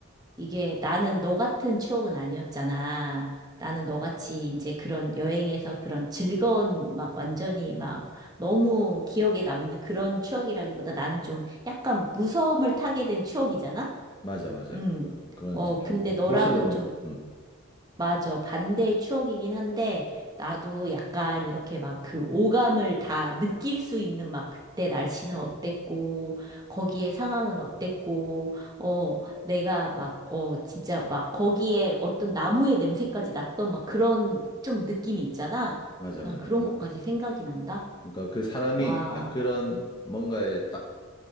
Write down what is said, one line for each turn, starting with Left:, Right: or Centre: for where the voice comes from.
Right: 이게 나는 너 같은 추억은 아니었잖아. 나는 너같이 이제 그런 여행에서 그런 즐거운 막 완전히 막 너무 기억에 남는 그런 추억이라기보다 나는 좀 약간 무서움을 타게 된 추억이잖아?
Left: 맞아, 맞아.
Right: 음.
Left: 그- 그건
Right: 어,
Left: 이제 좀
Right: 근데
Left: 공포스러운,
Right: 너랑은 좀
Left: 음,
Right: 맞아. 반대의 추억이긴 한데, 나도 약간 이렇게 막 그 오감을 다 느낄 수 있는 막 그때 날씨는 어땠고, 거기에 상황은 어땠고, 어, 내가 막, 어, 진짜 막 거기에 어떤 나무의 냄새까지 났던 막 그런 좀 느낌이 있잖아.
Left: 맞아,
Right: 난
Left: 맞아.
Right: 그런
Left: 그렇다.
Right: 것까지 생각이 난다.
Left: 그러니까 그 사람이
Right: 와,
Left: 딱 그런 뭔가에 딱